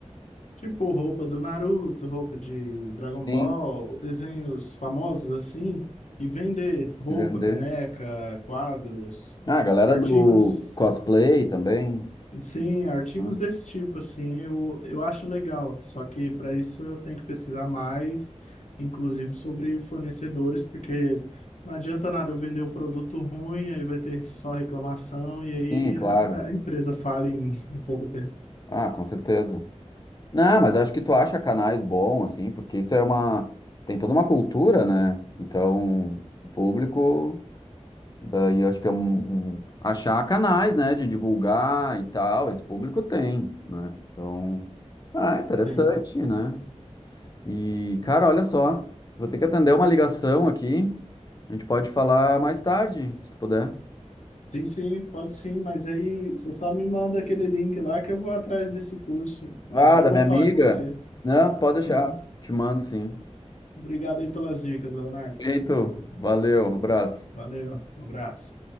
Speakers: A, on the left (about 80°); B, on the left (about 35°).
A: Tipo roupa do Naruto, roupa de Dragon
B: Sim,
A: Ball, desenhos famosos assim, e vender roupa,
B: vender.
A: caneca, quadros,
B: Ah, a galera
A: artigos,
B: do cosplay também.
A: sim, artigos
B: né?
A: desse tipo assim, eu, eu acho legal. Só que para isso eu tenho que pesquisar mais, inclusive sobre fornecedores, porque não adianta nada eu vender um produto ruim, aí vai ter só reclamação e aí
B: Sim, claro.
A: a, a empresa fala em, em pouco tempo.
B: Ah, com certeza. Não, mas acho que tu acha canais bom, assim, porque isso é uma. Tem toda uma cultura, né? Então, o público. Daí eu acho que é um, um- Achar canais, né? De divulgar e tal. Esse público tem, né? Então. Ah, é interessante,
A: Sim.
B: né? E, cara, olha só. Vou ter que atender uma ligação aqui. A gente pode falar mais tarde, se tu puder.
A: Sim, sim, pode sim, mas aí você só me manda aquele link lá que eu vou atrás desse curso. Mas
B: Ah,
A: foi
B: da
A: bom
B: minha
A: falar
B: amiga?
A: com você.
B: Não, pode
A: Sim,
B: deixar. Te mando sim.
A: obrigado aí pelas dicas, Leonardo.
B: Perfeito. Valeu, abraço.
A: Valeu, um abraço.